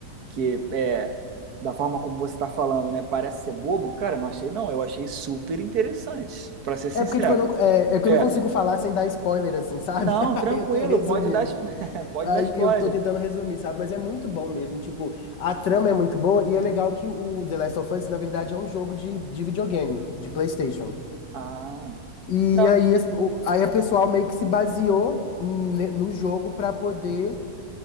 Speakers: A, on the right; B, on the left.
A: que é da forma como você está falando, né? Parece ser bobo, cara, eu não achei não, eu achei super interessante, para ser sincero.
B: É porque, tipo, eu não, é, é que
A: É,
B: eu não consigo falar sem dar spoiler, assim, sabe?
A: não,
B: <laughs>
A: tranquilo,
B: Aí eu tô resumindo.
A: pode dar, spo- <laughs> pode
B: Aí
A: dar spoiler.
B: eu tô tentando resumir, sabe? Mas é muito bom mesmo. Tipo, a trama é muito boa e é legal que o The Last of Us, na verdade, é um jogo de, de videogame, de PlayStation.
A: Ah,
B: E
A: não,
B: aí, as- o- aí a pessoal meio que se baseou ne- no jogo pra poder